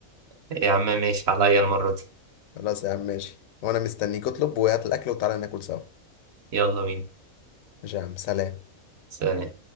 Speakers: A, on the right; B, on the left.
A: يا عم ماشي عليا المرة دي
B: خلاص يا عم ماشي وانا مستنيك اطلب وهات الاكل وتعالى ناكل سوا
A: يلا بينا
B: ماشي يا عم سلام
A: سلام